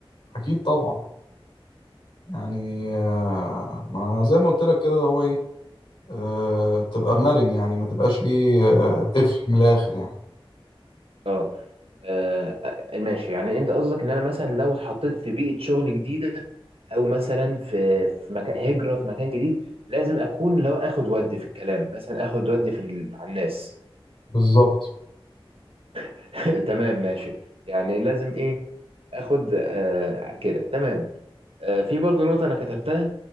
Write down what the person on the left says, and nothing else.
أكيد طبعا يعني آه، ما زي ما قلت لك كده هو إيه آه، تبقى مرن يعني ما تبقاش إيه آه، قفل من الآخر يعني
بالظبط